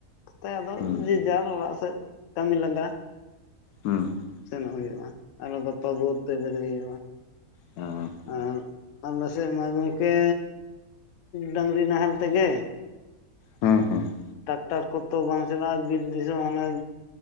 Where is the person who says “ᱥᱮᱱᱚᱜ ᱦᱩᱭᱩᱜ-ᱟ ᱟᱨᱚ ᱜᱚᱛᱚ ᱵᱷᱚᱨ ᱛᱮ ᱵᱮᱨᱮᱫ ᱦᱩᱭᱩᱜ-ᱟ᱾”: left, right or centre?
Left